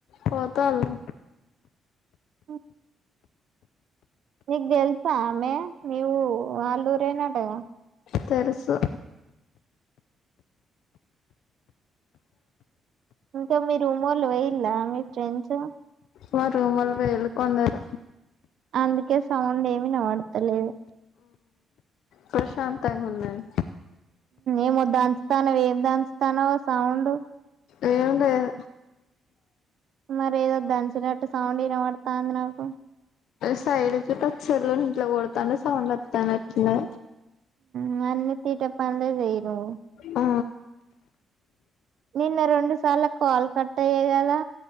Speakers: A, on the left; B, on the right.
A: పోతాళ్లు
B: <unintelligible> నీగ్ తెల్సా ఆమె నీవు వాళ్ళూరేనటగా
A: తెరుసు
B: ఇంక మీ రూమొళ్ళు వెయిల్లా మీ ఫ్రెండ్స్
A: వార్ రూమ్ వాళ్ వెల్ కొందరు
B: అందుకే సౌండ్ ఏం ఇనబడ్తలేదు
A: ప్రశాంతంగ ఉన్నది
B: ఏమో దంచుతానవు ఏం దంచుతానవు ఆ సౌండు
A: ఏం లేద్
B: మరేదో దంచినట్టు సౌండ్ ఇనబడతాంది నాకు
A: సైడ్కి పచ్చర్లు గిట్ల కొడతంటే సౌండు వత్తానట్ట అట్లే
B: మ్ అన్నీ తీటపన్లే చెయ్ నువ్వు
A: ఆ
B: నిన్న రెండు సార్ల కాల్ కట్టయ్యే కదా